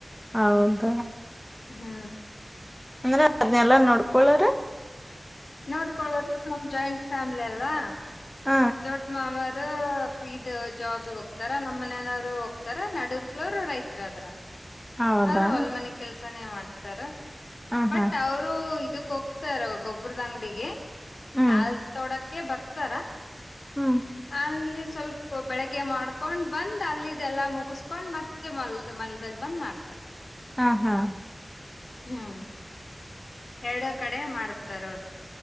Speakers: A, in the centre; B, on the left.
A: ಹೌದ
B: ಹ್ಮ್
A: ಅಂದ್ರೆ ಅದನೆಲ್ಲಾ ನೋಡ್ಕೊಳ್ರ
B: ನೋಡ್ಕೊಳೋರು ನಮ್ ಜಾಯಿಂಟ್ ಫ್ಯಾಮಿಲಿ ಅಲ್ವಾ
A: ಹ
B: ದೊಡ್ಡ ಮಾವ ಇದು ಜಾಬ್ ಹೋಗ್ತಾರ ನಮ್ಮ್ ಮನೆನವರು ಹೋಗ್ತಾರ ನಡಕ್ಲರು ರೈತ್ರರ ಅದ್ರ
A: ಹೌದಾ
B: ಅವರು ಅಲ್ ಮನೆ ಕೆಲ್ಸಾನೇ ಮಾಡ್ತ ತಾರ
A: ಹ
B: ಬಟ್
A: ಹಾ
B: ಅವರು ಇದು ಹೊಗ್ತಾರ ಗೊಬ್ಬ್ರದ ಅಂಗಡಿಗೆ.
A: ಹ್ಮ್
B: ನಾಲ್ ತೊಡ. ಕೆ ಬರ್ತಾರ.
A: ಹ್ಮ್
B: ಅಲ್ಲಿ. ಸ್ವಲ್ಪ ಬೆಳಗ್ಗೆ ಮಾಡ್ಕೊಂಡ್ ಬಂದ್ ಅಲ್ಲಿದೆಲ್ಲಾ ಮುಗಸ್ಕೊಂಡ್ ಮತ್ತೆ ಮಲದ ಮಲದಲ್ಲಿ ಬಂದ್ ಮಾಡ್ತಾರೆ.
A: ಹಾ ಹಾ.
B: ಹಾ. ಎರಡ ಕಡೆ ಮಾಡತಾರ ಅವ್ರ.